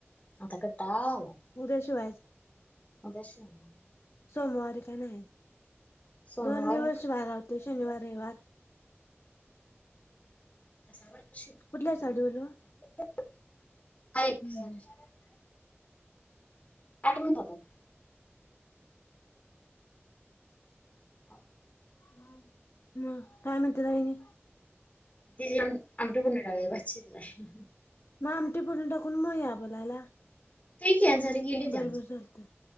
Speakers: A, on the left; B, on the left.
A: आता कटाळा आलाय.
B: उद्या शिवायचं
A: आता शिवनार
B: सोमवारी काय नाय.
A: सोमवार
B: दोन दिवस वार अलते शनिवार रविवार
A: <unintelligible>
B: कुठल्या साडीवर हम्म.
A: आठ मिनिटाच हाय रिकामा ऑडिओ <unintelligible>
B: मग काय म्हणत्यात वाहिनी?
A: तिची आमटी पुन्हा टाकायची भात शिजलाय.
B: मग आमटी फोडणी टाकून मग या बोलायला.
A: <unintelligible> गेल्या
B: बरोबर
A: त्या.
B: चालतंय.